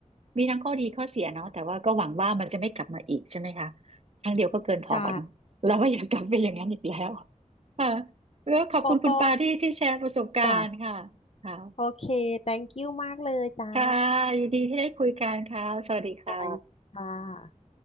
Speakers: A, on the right (about 50°); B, on the left (about 50°).
A: มีทั้งข้อดีข้อเสียเนาะแต่ว่าก็หวังว่ามันจะไม่กลับมาอีกใช่ไหมคะครั้งเดียวก็เกินพอเนาะเราไม่อยากกลับไปอย่างนั้นอีกแล้ว
B: ใช่
A: ค่ะแล้วขอบคุณคุณปาที่ที่แชร์ประสบการณ์ค่ะ
B: ก็ก็จ้ะ
A: ค่ะ
B: โอเค thank you มากเลยจ้า
A: ค่ะยินดีที่ได้คุยกันค่ะสวัสดีค่ะ
B: ค่ะยินดีค่ะ